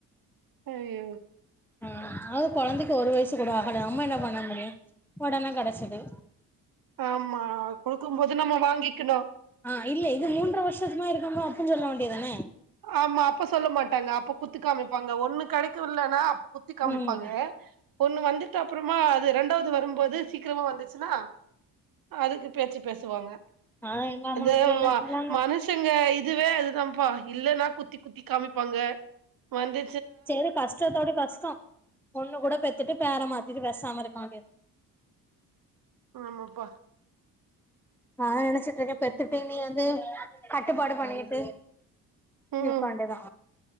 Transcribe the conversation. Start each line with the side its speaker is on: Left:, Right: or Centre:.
Right: ஐயோ
Centre: ஆ அது கொழந்தைக்கு ஒரு வயசு கூட ஆகல அம்மா இன்னா பண்ண முடியு ஒடனே கெடச்சுது
Right: ஆம்மா குடுக்கும் போது நம்ம வாங்கிக்கணு
Centre: ஆ இல்ல இது மூன்ற வருஷத்துமா இருக்கமோ அப்ப சொல்ல வேண்டியதான
Right: ஆமா அப்ப சொல்ல மாட்டாங்க அப்ப குத்து காமிப்பாங்க ஒன்னு கெடைக்கு இல்லனா அப் குத்தி காமிப்பாங்க
Centre: ஆமா
Right: ஒண்ணு வந்துட்டு அப்றமா அது ரெண்டாவது வரும்போது சீக்கிரமா வந்துச்சுன்னா அதுக்கு பேச்சு பேசுவாங்க
Centre: ஆனா எங்க அம்மா
Right: இந்த
Centre: வீட்ல எல்லா
Right: வ
Centre: சொன்னாங்க
Right: மனுஷங்க இதுவே அதுதான்ப்பா ட்டா குத்தி குத்தி காமிப்பாங்க வந்து
Centre: சரி கஷ்டத்தோட கஷ்டொ ஒன்னு கூட பெத்துட்டு பேர மாத்திட்டு பேசாம இருக் ஆதேதா
Right: ஆமாப்பா
Centre: நா நெனச்சிட்ருக்க பெத்துட்டு நீ வந்து கட்டுப்பாடு பண்ணிட்டு
Right: ம்
Centre: இருக்க வேண்டியதா